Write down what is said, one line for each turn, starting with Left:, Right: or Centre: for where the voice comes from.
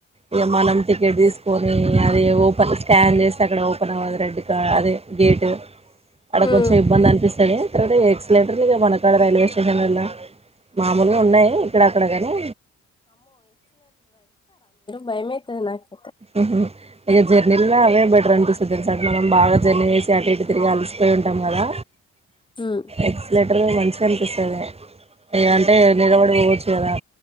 Right: ఇక మనం టికెట్ తీసుకొని అది ఓపెన్ స్కాన్ చేస్తే అక్కడ ఓపెన్ అవ్వదు రెడ్ క అదే గేట్ అడ
Left: ఉమ్
Right: కొంచం ఇబ్బంది అని తర్వాత ఎక్సలెటర్ ఇక వనకాడ రైల్వే స్టేషన్ లాల్ల మామూలు ఉన్నాయి ఇక్కడ అక్కడ కాని
Left: భయమయితది నాకు
Right: ఆహా ఇక జర్నీల్లో అవే బెటర్ అనిపిస్తుంది సార్ట మనం బాగా జర్నీ వేసి అటు ఇటు తిరిగి అలిసిపోయి ఉంటాం కదా
Left: ఉమ్
Right: ఎక్సలేటర్ మంచి కనిపిస్తది అంటే నిలబడిపోవచ్చు కదా